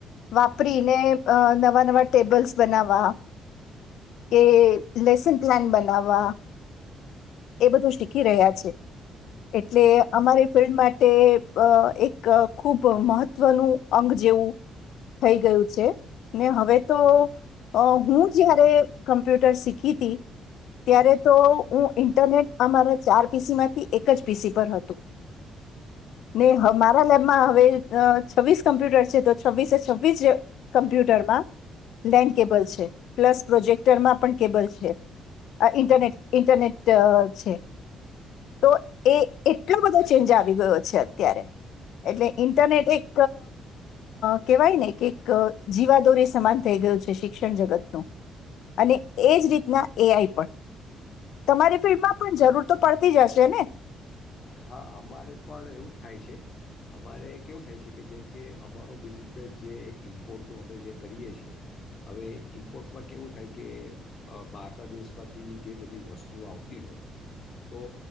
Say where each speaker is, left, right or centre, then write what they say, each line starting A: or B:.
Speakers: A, on the left (about 80°); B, on the left (about 55°).
A: વાપરીને નવા નવા ટેબલ્સ બનાવવા કે લેસન પ્લાન બનાવવા એ બધું શીખી રહ્યા છે, એટલે
B: હમ,
A: અમારી ફિલ્ડ માટે એક ખૂબ મહત્વનું અંગ જેવું થઈ ગયું છે, ને હવે તો હું જયારે કમ્પ્યુટર શીખી હતી, ત્યારે તો હું ઇન્ટરનેટ અમારા ચાર પીસી માંથી એક જ પીસી પર હતું ને મારા લેબમાં હવે છવ્વીસ કમ્પ્યુટર છે, તો છવ્વીસે છવ્વીસ કમ્પ્યુટરમાં લેન્ડ કેબલ છે, પ્લસ પ્રોજેક્ટરમાં પણ કેબલ છે, આ ઇન્ટરનેટ ઇન્ટરનેટ અ છે તો એ એટલો બધો ચેન્જ આવી ગયો છે, અત્યારે એટલે ઇન્ટરનેટ એક કેહેવાય ને કે એક જીવાદોરે સમાન થઈ ગયું છે, શિક્ષણ જગતનુંું અને
B: બ-
A: એજ રીતના એઆઈ પણ
B: બરાબર.
A: તમારી ફિલ્ડમાં પણ જરૂર તો પડતી જ હશે ને
B: હા અમારે પણ એવું જ થાય છે, અમારે કેવું થાય છે, કે જેમ કે અમારો બિઝનેસ જે ઇમ્પોર્ટનું અમે જે કરીએ છીએ હવે ઇમ્પોર્ટમાં કેવું થાય કે બહારના દેશમાંથી જે બધી વસ્તુઓ આવતી હોય તો